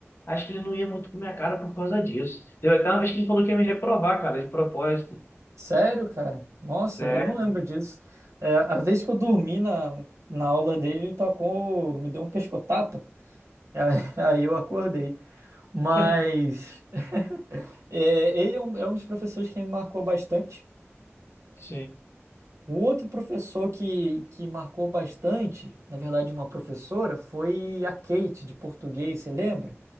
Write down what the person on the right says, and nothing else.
Sério, cara? Nossa,
eu não lembro disso. É, a vez que eu dormi na, na aula dele, ele tacou, me deu um pescotapa, aí, <laughs> aí eu acordei. Mas
é, ele é um, é um dos professores que me marcou bastante.
O outro professor que, que marcou bastante, na verdade, uma professora, foi a Kate, de português, você lembra?